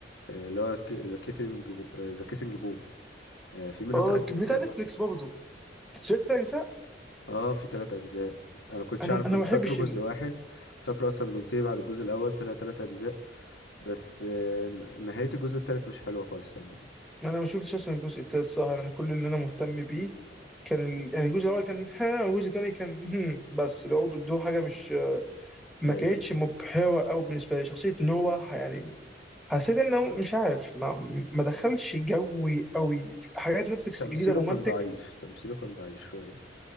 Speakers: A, on the left; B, in the centre.
A: آه اللي هو ذا كيسنج ذا كيسنج بوث آه في منه
B: اه
A: تلات
B: بتاع
A: اجزاء
B: نتفليكس
A: اصلا
B: برضه سمعت تلات اجزاء
A: اه في تلات اجزاء انا كنتش
B: انا
A: اعرف
B: انا
A: كنت
B: ما بحبش
A: فاكره جزء واحد كنت فاكره اصلا بينتهي بعد الجزء الاول طلع تلات اجزاء بس آه نهاية الجزء التالت مش حلوة خالص يعني
B: ما انا ما شفتش اصلا الجزء التالت صراحه انا كل اللي انا مهتم بيه كان ال... يعني الجزء الاول كان ها والجزء الثاني كان هم بس برضه ادوه حاجه مش ما
A: ايوه
B: كانتش مبهره قوي بالنسبه لي شخصيه نوح يعني حسيت انه مش عارف ما, ما دخلش جوي قوي في حاجات نتفلكس
A: تمثيله
B: الجديده رومانتك
A: كان ضعيف تمثيله كان ضعيف شوية